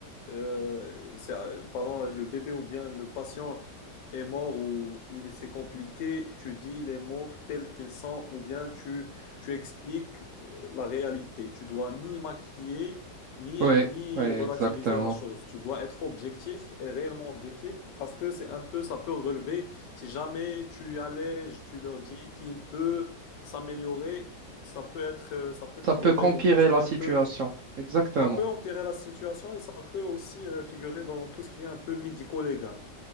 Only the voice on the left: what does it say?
euh, c'est- euh, pardon, le bébé ou bien le patient est mort ou il s'est compliqué, tu dis les mots tels qu'ils sont, ou bien tu, tu expliques euh, la réalité. Tu dois ni maquiller, ni,
ni
relativiser
la chose. Tu dois être objectif et réellement objectif parce que c'est un peu, ça peut relever. Si jamais tu allèges, tu leur dis qu'il peut s'améliorer, ça peut être, euh, ça peut figurer
dans tout ce qui
est
un peu,
ça peut empirer la situation et ça peut aussi euh, figurer dans tout ce qui est un peu médico-légal.